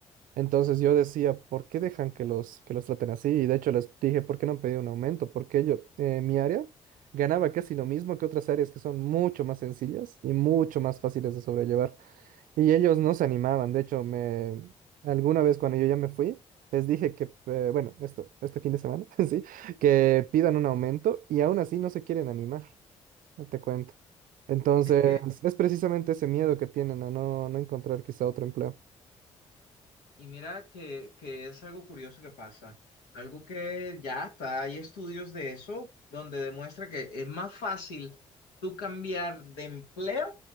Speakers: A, on the right (about 55°); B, on the left (about 75°).
A: Entonces yo decía, ¿por qué dejan que los, que los traten así? Y de hecho les dije, ¿por qué no han pedido un aumento? Porque yo, eh, mi área ganaba casi lo mismo que otras áreas que son mucho más sencillas y mucho más fáciles de sobrellevar. Y ellos no se animaban, de hecho, me, alguna vez cuando yo ya me fui, les dije que, eh, bueno, esto, este fin de semana, <laughs> sí, que pidan un aumento y aún así no se quieren animar no te cuento. Entonces,
B: Es que
A: es precisamente ese miedo que tienen a no, no encontrar quizá otro empleo.
B: Y mira que, que es algo curioso que pasa, algo que ya está, hay estudios de eso donde demuestra que es más fácil tú cambiar de empleo